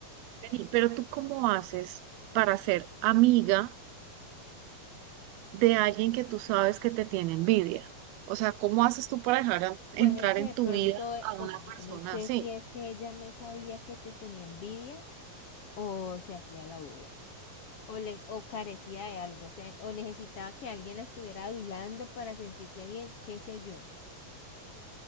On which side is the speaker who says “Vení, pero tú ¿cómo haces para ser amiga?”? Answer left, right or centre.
Right